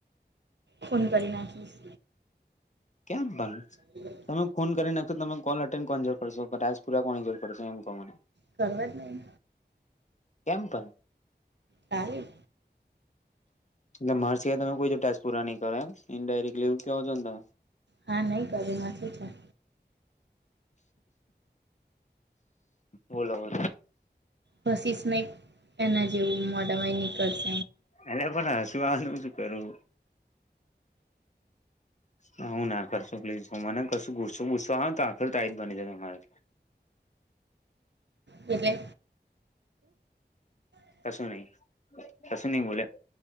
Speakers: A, on the right; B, on the left.
A: ફોન કરી નાખઝ
B: કે્યામ બન
A: હ
B: તમે ફોન કરી નાખો તમે કોલ અટેડ કોની જરૂર પશો રાજસપુરા કોની જોરૂરશો એમ ક મને
A: કરવાવત નહી
B: કેમ પણ
A: તાલી
B: એટલે મારી સિવાયમે કોઈ ટાસ પૂરા નઈ કરેમ ઇન્ડાયરેક્ટ લીવ ક છો ને તમે
A: હા નહીં કર્યુંમાંથી છે
B: બોલો બોલો
A: પસીસ નહી એના જેવું મોડવાય નનીકળશે
B: એ પણ હસું આનું શું કરું હ હું ના કરશું પ્લીઝ હું મને કશું ગૂસું પૂસો હ તો આખર તઈ જ બની જાય તમારે
A: બટલે શ
B: કશું નહી કશું નહી બોલ